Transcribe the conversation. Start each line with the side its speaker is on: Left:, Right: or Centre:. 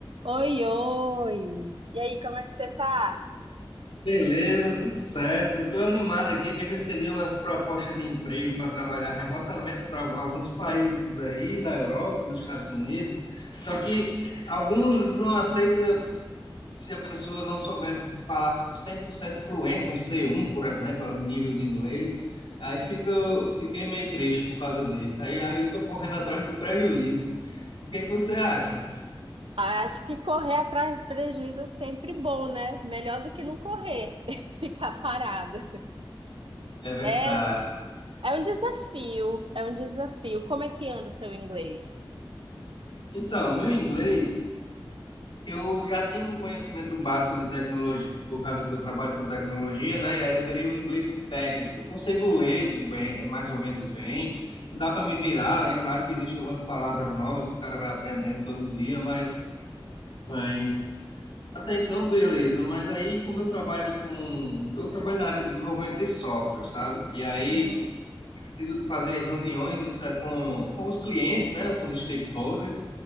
Right: Oi, oi! E aí, como é que você tá?
Left: Beleza, tudo certo. Estou animado aqui que eu recebi umas propostas de emprego para trabalhar remotamente para alguns países aí da Europa, dos Estados Unidos. Só que alguns não aceitam se a pessoa não souber falar 100% fluente, um C1, por exemplo, nível de inglês. Aí fica, fiquei meio triste por causa disso. Aí aí estou correndo atrás do prejuízo. O que é que você acha?
Right: Ah, Acho que correr atrás de prejuízo é sempre bom, né? Melhor do que não correr, <laughs> ficar parado.
Left: É verdade.
Right: É, é um desafio, é um desafio. Como é que anda o teu inglês?
Left: Então, meu inglês Eu já tenho um conhecimento básico de tecnologia, por causa que eu trabalho com tecnologia, né? E aí eu teria o inglês técnico. Eu consigo ler bem, mais ou menos bem, dá para me virar. E claro que existem algumas palavras novas que o cara vai aprendendo todo dia, mas, mas até então, beleza. Mas aí, como eu trabalho com. Eu trabalho na área de desenvolvimento de software, sabe? E aí
Right: Uhum.
Left: preciso fazer reuniões eh, com, com os clientes, né, com os stakeholders,